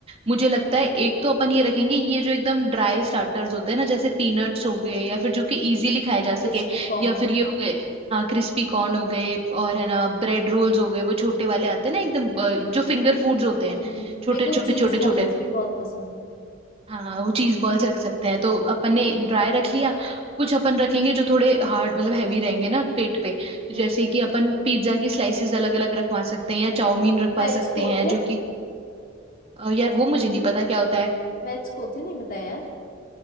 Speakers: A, on the right (about 30°); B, on the left (about 45°).
A: मुझे लगता है एक तो अपन ये रखेंगे ये जो एकदम ड्राई स्टार्टर्स होते हैं ना जैसे पीनट्स हो गए या फिर जो कि इजीली खाए जा
B: Crispy
A: सके
B: corn
A: या फिर ये हो गए हाँ क्रिस्पी कॉर्न हो गए और है ना ब्रेड रोल्स हो गए वो छोटे वाले आते हैं ना एकदम अ, जो फिंगर फूड्स होते
B: हम्म
A: हैं
B: हम्म
A: छोटे
B: मेरे को
A: छोटे
B: चीज
A: छोटे
B: बॉल्स
A: छोटे
B: भी बहुत पसंद है
A: हाँ वो चीज बॉल्स रख सकते हैं तो अपन
B: हम्म
A: ने ड्राई रख लिया कुछ अपन रखेंगे जो थोड़े हार्ड मतलब हैवी रहेंगे ना पेट पे
B: हम्म
A: जैसे कि अपन पिज्जा की स्लाइसेस अलग अलग रखवा सकते हैं या चाउमीन रखवा
B: वेज
A: सकते
B: कोथे
A: हैं जो कि अ, यार वो मुझे नहीं पता क्या होता है
B: वेज कोथे नहीं बताया यार